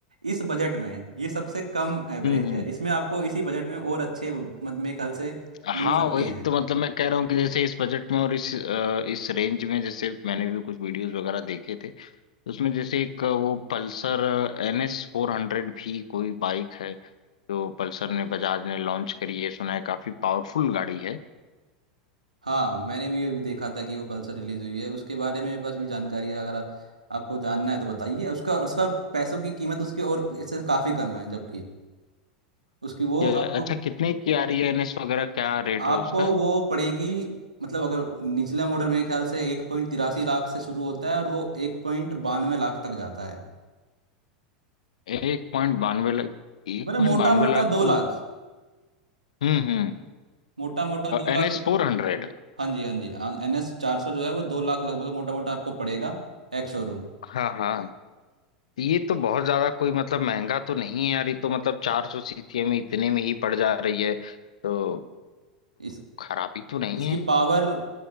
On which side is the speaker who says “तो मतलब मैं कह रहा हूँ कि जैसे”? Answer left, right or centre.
Left